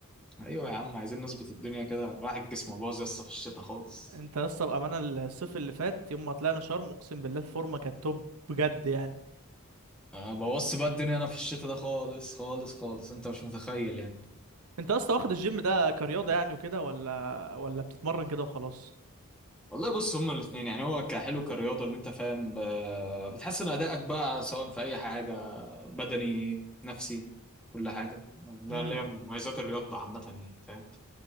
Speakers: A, in the centre; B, on the right (about 80°).
A: ايوه يا عم عايزين نظبط الدنيا كده راح الجسم باظ يسطا في الشتاء خالص
B: انت يا اسطى بامانه الصيف اللي فات يوم ما طلعنا شرم اقسم بالله الفورمه كانت توب بجد يعني
A: أه بوظت بقى الدنيا انا في الشتاء ده خالص خالص خالص انت مش متخيل يعني
B: انت يا اسطى واخد الجيم ده كرياضه يعني وكده ولا ولا بتتمرن كده وخلاص
A: والله بص هما الاثنين يعني هو كحلو كرياضه اللي انت فاهم ب- بتحسن ادائك بقى سواء في اي حاجه بدني نفسي كل حاجه ده
B: امم
A: اللي هي مميزات الرياضه عامه يعني فاهم